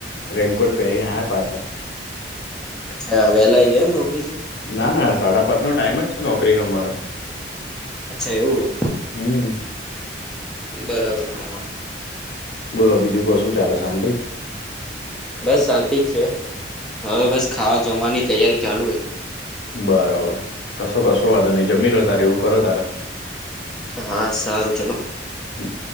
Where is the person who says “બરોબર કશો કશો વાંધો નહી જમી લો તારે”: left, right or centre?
Left